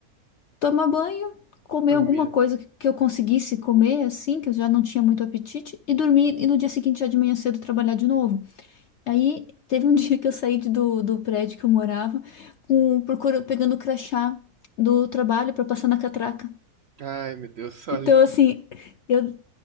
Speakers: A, on the left; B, on the right.
A: tomar banho, comer
B: dormir,
A: alguma coisa
B: né?
A: que, que eu conseguisse comer, assim, que eu já não tinha muito apetite, e dormir, e no dia seguinte, já de manhã cedo, trabalhar de novo. Aí, teve um <laughs> dia que eu saí de- do, do prédio que eu morava, com, procura, pegando o crachá do trabalho pra passar na catraca.
B: Ai, meu Deus, <laughs> olha.
A: Então, assim... eu